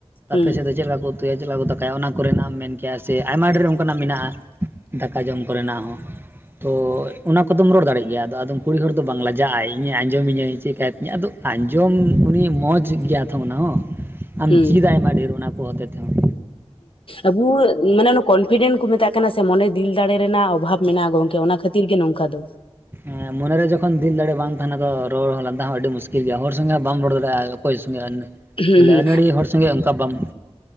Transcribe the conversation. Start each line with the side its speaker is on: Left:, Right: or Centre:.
Left: ᱦᱩᱸ
Right: ᱟᱯᱮ ᱥᱮᱫ ᱫᱚ ᱪᱮᱫ ᱞᱮᱠᱟ ᱠᱚ ᱩᱛᱩᱭᱟ ᱪᱮᱫ ᱞᱮᱠᱟ ᱠᱚ ᱫᱟᱠᱟᱭᱟ ᱚᱱᱟ ᱠᱚᱨᱮᱱᱟᱜ ᱮᱢ ᱢᱮᱱ ᱠᱮᱭᱟ ᱥᱮ ᱟᱭᱢᱟ ᱰᱷᱮᱨ ᱚᱱᱠᱟᱱᱟᱜ ᱢᱮᱱᱟᱜᱼᱟ᱾ ᱫᱟᱠᱟ ᱡᱚᱢ ᱠᱚᱨᱮ ᱱᱟᱜ ᱦᱚᱸ ᱛᱚ ᱚᱱᱟ ᱠᱚᱫᱚᱢ ᱨᱚᱲ ᱫᱟᱲᱮᱜ ᱜᱮᱭᱟ ᱟᱫᱚ ᱟᱫᱚᱢ ᱠᱩᱲᱤ ᱦᱚᱲ ᱫᱚ ᱵᱟᱝ ᱞᱟᱡᱟᱜᱼᱟᱭ ᱤᱧᱮ ᱟᱸᱡᱚᱢᱤᱧᱟᱹᱭ ᱪᱮᱠᱟᱭᱛᱤᱧᱟᱹ ᱟᱫᱚ ᱟᱸᱡᱚᱢ ᱩᱱᱤ ᱢᱚᱸᱡᱽ ᱜᱮᱭᱟ ᱛᱷᱚ ᱚᱱᱟ ᱦᱚᱸ᱾ ᱟᱢ
Left: ᱦᱩᱸ
Right: ᱪᱤᱫᱟ ᱟᱭᱢᱟ ᱰᱷᱮᱨ ᱚᱱᱟ ᱠᱚ ᱦᱚᱛᱮ ᱛᱮ ᱦᱚᱸ
Left: ᱟᱵᱩ ᱢᱟᱱᱮᱼᱼ ᱠᱚᱱᱯᱷᱤᱰᱮᱱᱴ ᱠᱚ ᱢᱮᱛᱟᱜ ᱠᱟᱱᱟ ᱥᱮ ᱢᱚᱱᱮ ᱫᱤᱞ ᱫᱟᱲᱮ ᱨᱮᱱᱟᱜ ᱚᱵᱷᱟᱵ ᱢᱮᱱᱟᱜᱼᱟ ᱜᱚᱝᱠᱮ ᱚᱱᱟ ᱠᱷᱟᱹᱛᱤᱨ ᱜᱮ ᱱᱚᱝᱠᱟ ᱫᱚ᱾
Right: ᱦᱮᱸ ᱢᱚᱱᱮᱨᱮ ᱡᱚᱠᱷᱚᱱ ᱫᱤᱞ ᱫᱟᱲᱮ ᱵᱟᱝ ᱛᱟᱦᱮᱱᱟ ᱛᱚ ᱨᱚᱲ ᱞᱟᱸᱫᱟ ᱦᱚᱸ ᱟᱹᱰᱤ ᱢᱩᱥᱠᱤᱞ ᱜᱮᱭᱟ ᱦᱚᱲ ᱥᱚᱸᱜᱮ ᱦᱚᱸ ᱵᱟᱢ ᱨᱚᱲ ᱫᱟᱲᱮᱭᱟᱜᱼᱟ᱾ ᱚᱠᱚᱭ ᱥᱚᱸᱜᱮ
Left: ᱦᱩᱸ
Right: ᱵᱚᱞᱮ
Left: ᱦᱩᱸ
Right: ᱟᱹᱱᱟᱹᱲᱤ ᱦᱚᱲ ᱥᱚᱸᱜᱮ ᱚᱱᱠᱟ ᱵᱟᱢ ᱼᱼ